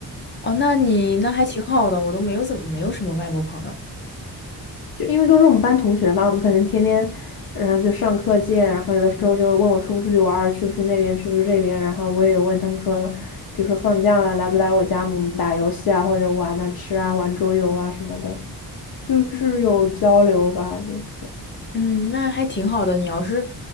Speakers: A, on the left (about 30°); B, on the left (about 60°).
A: 哦，那你那还挺好的，我都没有怎么没有什么外国朋友。
B: 就因为都是我们班同学嘛，我们可能天天，然后就上课见，然后有的时候就问我出不出去玩儿，去不去那边，去不去这边，然后我也有问他们说，比如说放假了，来不来我家，我们打游戏啊，或者玩啊、吃啊、玩桌游啊什么的，就是有交流吧，就是。
A: 嗯，那还挺好的。你要是，